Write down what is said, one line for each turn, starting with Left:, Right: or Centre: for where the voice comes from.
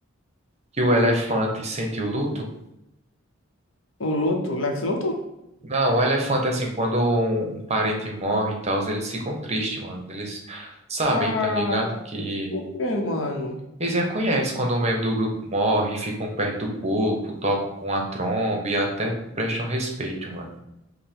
Right: que o elefante sente o luto?
Left: O Luto, Lex Luthor?
Right: Não, o elefante, assim, quando um um parente morre e tal, eles ficam tristes, mano. Eles sabem,
Left: Ah,
Right: tá ligado? Que
Left: por quê, mano?
Right: Eles reconhecem quando um membro do grupo morre, ficam perto do corpo, tocam com a tromba e até prestam respeito, mano.